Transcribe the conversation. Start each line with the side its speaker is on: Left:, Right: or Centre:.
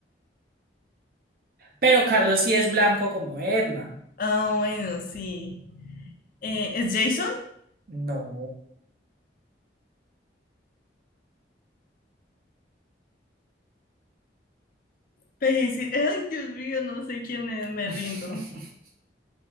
Right: Pero Carlos sí es blanco como Edna.
Left: Ah, bueno, sí. Eh, ¿es Jason?
Right: No.
Left: Pero es que- ay, Dios mío, no sé quién es, me
Right: <laughs>
Left: rindo.